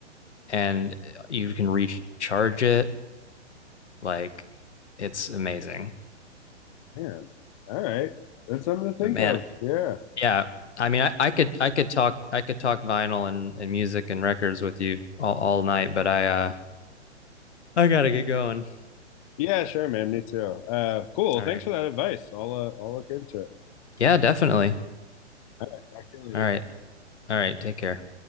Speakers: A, on the left (about 70°); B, on the left (about 30°).
A: and uh, you can recharge it. Like it's amazing.
B: Man. All right. That's something to think
A: But man,
B: of. Yeah.
A: Yeah. I mean, I, I could I could talk I could talk vinyl and, and music and records with you all, all night, but I uh I gotta get going.
B: Yeah, sure, man. Me too. Uh, cool.
A: All
B: Thanks
A: right.
B: for that advice. I'll uh, I'll look into it.
A: Yeah, definitely.
B: All right. Talk to you later.
A: All right. All right. Take care.